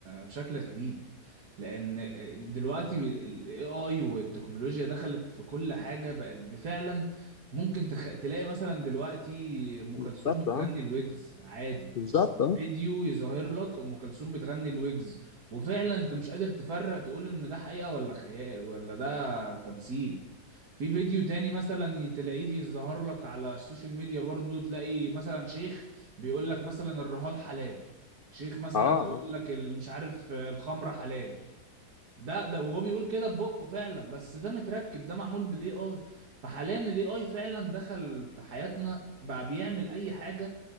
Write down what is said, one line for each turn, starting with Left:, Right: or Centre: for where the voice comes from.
Right: شكل غريب لأن دلوقتي ال AI والتكنولوجيا دخلت في كل حاجة بقت بفعلا ممكن تخ... تلاقي مثلا دلوقتي أم
Left: بالظبط
Right: كلثوم بتغني
Left: اه
Right: الويجز عادي
Left: بالظبط اه
Right: فيديو يظهر لك ام كلثوم بتغني الويجز وفعلا انت مش قادر تفرق تقول ان ده حقيقه ولا خيال ولا ده تمثيل في فيديو تاني مثلا تلاقيه يظهر لك على السوشيال ميديا برضو تلاقي مثلا شيخ بيقول لك مثلا الرهان حلال شيخ مثلا
Left: اه آه.
Right: يقول لك ال- مش عارف آه، الخمره حلال ده ده وهو بيقول كده ببقه فعلا بس ده متركب ده معمول بالاي اي فحاليا الاي اي فعلا دخل في حياتنا بقى بيعمل اي حاجه